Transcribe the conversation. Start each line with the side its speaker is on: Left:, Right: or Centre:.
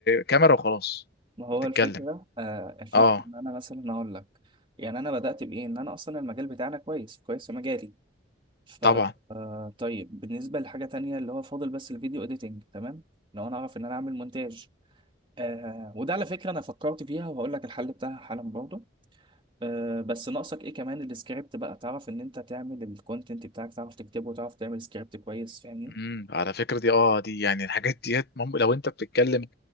Left: كاميرا وخلاص
Right: ما هو
Left: وبتتكلم
Right: الفكرة آه الفكرة
Left: اه
Right: إن أنا مثلا أقول لك يعني أنا بدأت بإيه؟ إن أنا أصلا المجال بتاعنا كويس كويس في مجالي ف
Left: طبعا
Right: آه، طيب بالنسبة لحاجة تانية اللي هو فاضل بس الفيديو اديتنج تمام لو انا اعرف ان انا اعمل مونتاج آه وده على فكرة انا فكرت فيها وهقول لك الحل بتاعها حالا برضه آه بس ناقصك ايه كمان السكريبت بقى تعرف ان انت تعمل الكونتنت بتاعك تعرف تكتبه وتعرف تعمل سكريبت كويس فاهمني
Left: امم على فكره دي اه دي يعني الحاجات ديت مم... لو انت بتتكلم ك...